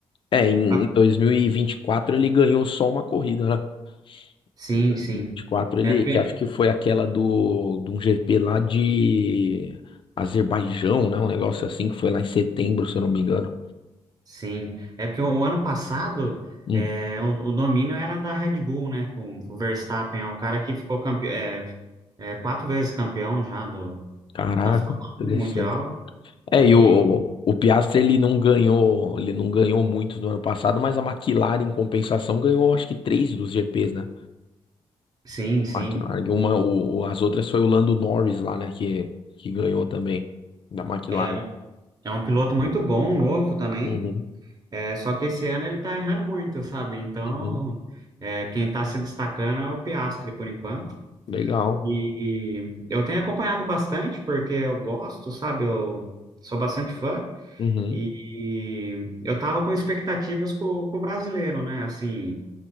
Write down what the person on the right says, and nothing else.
a-
sim,
sim.
É porque
Sim, é porque o, ano passado
é, o, o domínio era da Red Bull, né? Com o Verstappen, é um cara que ficou campeão, é, é, quatro vezes campeão já do,
da Fórmula
1 Mundial.
E
sim, sim.
É, é um- é um piloto muito bom, novo também.
É, só que esse ano ele tá errando muito, sabe? Então,
é, quem tá se destacando é o Piastri por enquanto.
E eu tenho acompanhado bastante, porque eu gosto, sabe? Eu sou bastante fã.
E, e eu tava com expectativas com, com o brasileiro, né? Assim,